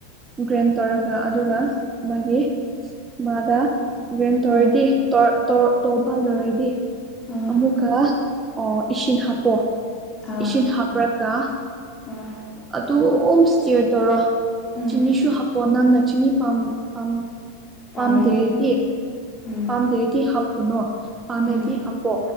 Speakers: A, on the right; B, on the left.
A: ꯒ꯭ꯔꯦꯟ ꯇꯧꯔꯒ ꯑꯗꯨꯒ ꯃꯥꯒꯤ ꯃꯥꯗ ꯒ꯭ꯔꯦꯟ ꯇꯔꯤꯗꯤ
B: ꯑꯥ
A: ꯑꯣꯇꯣ ꯄꯥꯜꯂꯔꯗꯤ
B: ꯑꯥ
A: ꯑꯃꯨꯛꯀ ꯏꯁꯤꯡ ꯍꯥꯞꯄꯣ
B: ꯑꯥ
A: ꯏꯁꯤꯡ ꯍꯥ ꯍꯥꯞꯄ꯭ꯔꯒ
B: ꯑꯥ
A: ꯑꯗꯨꯝ ꯏꯁꯇꯦꯌꯔ ꯇꯧꯔꯣ
B: ꯎꯝ
A: ꯆꯤꯅꯤꯁꯨ ꯍꯥ ꯄꯣ ꯅꯪ ꯆꯤꯅꯥꯝ ꯄꯥꯝ
B: ꯄꯥꯝꯔꯗꯤ
A: ꯄꯥꯝꯗꯦꯗꯤ
B: ꯎꯝ
A: ꯄꯥꯝꯗꯦꯗꯤ ꯍꯥꯞꯄꯨꯅꯣ ꯄꯥꯝꯃꯦꯗꯤ
B: ꯎꯝ
A: ꯍꯥꯞꯄꯣ